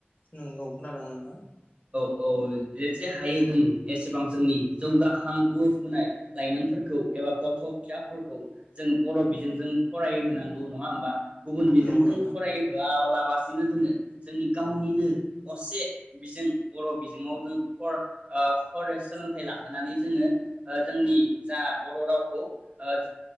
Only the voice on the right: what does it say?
ओ जेसे हायो जों एसेबां जोंनि जौगाखांबोफुनाय लाइमोनफोरखौ एबा गथ' थ' फिसाफोरखौ जोंङ बर बिजोंजों फरायहोनांगौ नङा होमबा गुबुन बिजोंजों
फरायहोआब्ला बासिनो जोङो जों गावनिनो असे बिजों बर' बिजोङाव जों फर ओ फरे सोलोंथाइ लाहोनानै जोङो जोंनि जा बर' रावखौ ओ